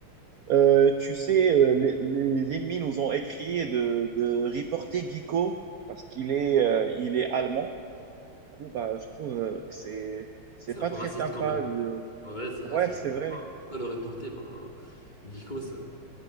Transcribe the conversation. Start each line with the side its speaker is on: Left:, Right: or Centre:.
Right: Euh, tu sais, euh, les, les ennemis nous ont écrit de, de reporter Guico parce qu'il est, euh, il est allemand. Du coup, bah, je trouve euh, que c'est c'est
Left: C'est
Right: pas
Left: un peu
Right: très
Left: raciste
Right: sympa.
Left: quand même.
Right: le-
Left: Ouais, c'est
Right: Ouais,
Left: raciste.
Right: c'est
Left: Pourquoi,
Right: vrai.
Left: pourquoi le reporter? Ben, Nico, c'est-